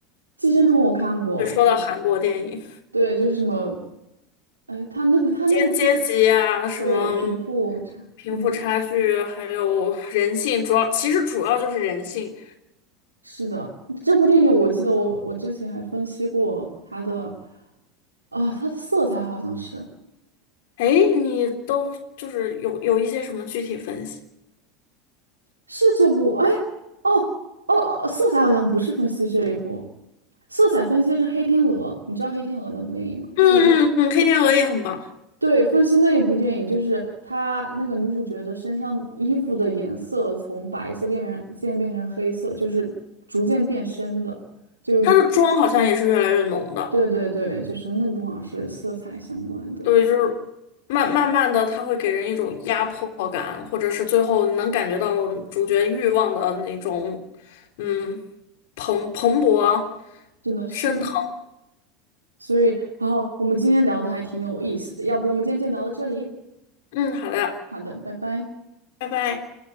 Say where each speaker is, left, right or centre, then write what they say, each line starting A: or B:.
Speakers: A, on the right; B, on the left.
A: 《寄生虫》我看过，
B: 就说到韩国电影，
A: 对，就是什么，哎，他那个他那个电影。
B: 阶阶级啊，什么
A: 对，贫富差那个
B: 贫富差距，还有人性，主要其实主要就是人性。
A: 是的，这部电影我记得我我之前还分析过它的，啊、它的色彩好像是
B: 哎，你都就是有有一些什么具体分析？
A: 是这部，哎，哦哦，色彩好像不是分析这一部，色彩分析是《黑天鹅》，你知道《黑天鹅》那部电影吗？
B: 嗯嗯嗯，
A: 就是
B: 《黑天鹅》也很棒，
A: 对，分析那一部电影，就是她那个女主角的身上衣服的颜色从白色变变渐变成黑色，就是逐渐变深的，就。
B: 它的妆好像也是越来越浓的。
A: 对对对，就是那部好像是色彩相关的，
B: 对，就是慢慢慢的，它会给人一种压迫感，或者是最后你能感觉到主角欲望的那种，嗯，蓬蓬勃
A: 是的，是的。
B: 升腾。
A: 所以，然后我们今天聊的还挺有意思的，要不我们今天就聊到这里？
B: 嗯，好的，
A: 好的，拜拜。
B: 拜拜。